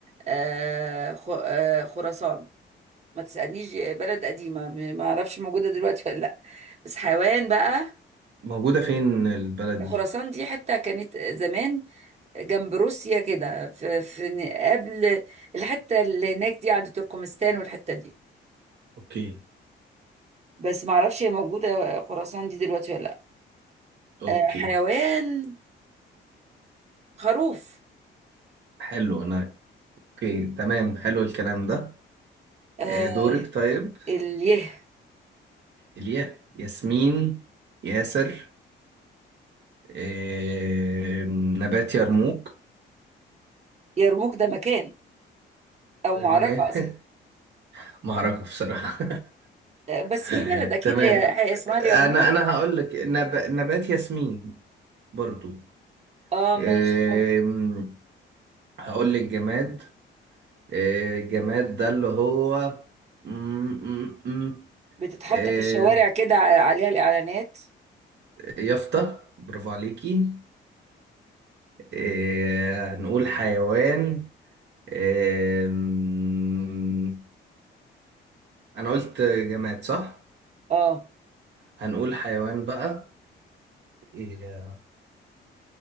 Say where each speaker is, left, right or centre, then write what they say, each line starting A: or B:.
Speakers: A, on the right (about 35°); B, on the right (about 60°).
A: آه، خ- آه، خراسان ما تسألنيش بلد قديمة م- ما أعرفش موجودة دلوقتي ولا لأ بس حيوان بقى
B: <laughs> موجودة فين البلد
A: خراسان
B: دي
A: دي حتة كانت زمان جنب روسيا كده في, في قبل الحتة اللي هناك دي عند تركمستان والحتة دي
B: اوكي
A: بس ما اعرفش هي موجوده خراسان دي دلوقتي ولا لا
B: اوكي
A: آه حيوان خروف
B: حلو انا اوكي تمام حلو الكلام ده
A: آه
B: آه، دورك طيب
A: اليه
B: إليا ياسمين ياسر آه، نبات يرموك
A: يرموك ده مكان او
B: تمام
A: معركه اصلا
B: <laughs> معركة بصراحة
A: آه بس
B: <laughs>
A: في بلد اكيد
B: تمام
A: هي هي اسمها اليرموك
B: أنا أنا هقول لك نب... نبات ياسمين برضو
A: اه ماشي
B: آم،
A: ممكن
B: هقول لك جماد آه، الجماد ده اللي هو م- م- م-
A: بتتحط
B: آه،
A: في الشوارع كده عليها الاعلانات
B: يافطة برافو عليكي آه، هنقول حيوان أم... انا قلت جماد صح
A: اه
B: هنقول حيوان بقى إيه...